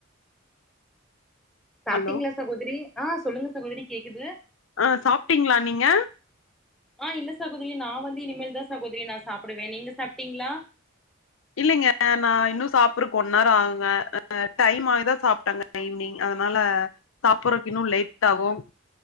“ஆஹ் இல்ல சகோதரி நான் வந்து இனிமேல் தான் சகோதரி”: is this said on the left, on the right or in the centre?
Centre